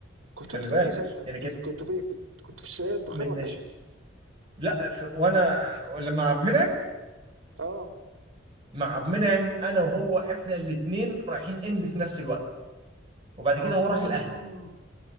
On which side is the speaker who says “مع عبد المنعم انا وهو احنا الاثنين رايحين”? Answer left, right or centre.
Right